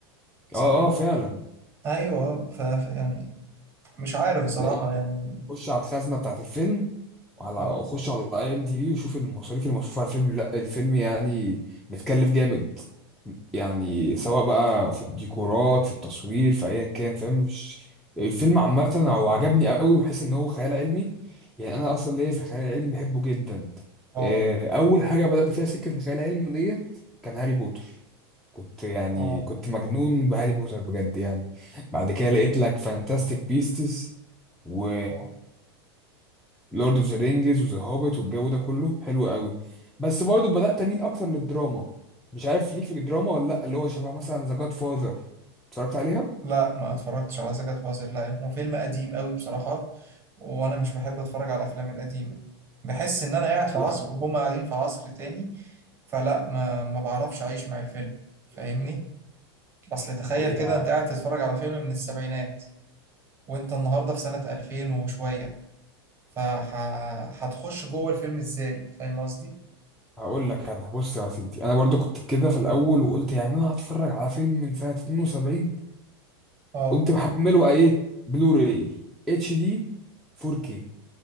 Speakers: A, on the right; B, in the centre.
A: مصورين
B: اه اه فعلا
A: ايوه ف ف- يعني مش عارف بصراحة
B: لا يعني
A: يعني
B: خش على الخزنه بتاعت الفيلم وعلى
A: اه
B: خش على اي ام دي بي وشوف المصاريف اللي مصروفه على الفيلم لا الفيلم يعني متكلف جامد يعني سواء بقى في الديكورات في التصوير في ايا كان فاهم مش الفيلم عامه هو عجبني قوي بحيث ان هو خيال علمي يعني انا اصلا ليا في الخيال العلمي بحبه جدا
A: اه
B: آه، اول حاجه بدات فيها سكه الخيال العلمي ديت كان هاري بوتر كنت يعني
A: اه
B: كنت مجنون بهاري بوتر بجد يعني بعد كده لقيت لك فانتاستيك بيستس و
A: اه
B: لورد اوف ذا رينجز وذا هوبيت والجو ده كله حلو قوي بس برضه بدأت اميل اكتر للدراما مش عارف ليك في الدراما ولا لا اللي هو شبه مثلا ذا جاد فاذر اتفرجت عليها
A: لا ما اتفرجتش على زكاة فازر لا هو فيلم قديم قوي بصراحة وانا مش بحب اتفرج على الافلام القديمة بحس ان انا قاعد في
B: يعني
A: عصر وهم قاعدين في عصر تاني فلا ما ما بعرفش اعيش مع الفيلم فاهمني اصل تخيل
B: هي
A: كده انت قاعد تتفرج على فيلم من السبعينات وانت النهاردة في سنة 2000 وشوية فهتخش جوه الفيلم ازاي فاهم قصدي
B: هقول لك انا بص يا سيدي انا برضو كنت كده في الاول وقلت يعني انا هتفرج على فيلم من سنة 72
A: اه
B: قمت محمله بقى ايه بلوراي اتش دي 4K